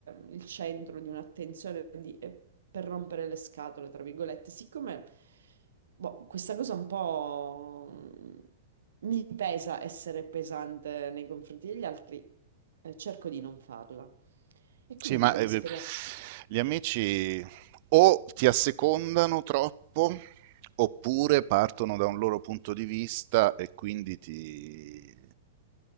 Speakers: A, on the right (about 85°); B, on the right (about 50°).
A: eh, il centro di un'attenzione di- e per rompere le scatole, tra virgolette, siccome Boh, questa cosa un po' mm, mi pesa essere pesante nei confronti degli altri, eh, cerco di non farla. E
B: Sì,
A: quindi
B: ma
A: come
B: eh,
A: esperienza,
B: gli amici o ti assecondano troppo oppure partono da un loro punto di vista e quindi ti,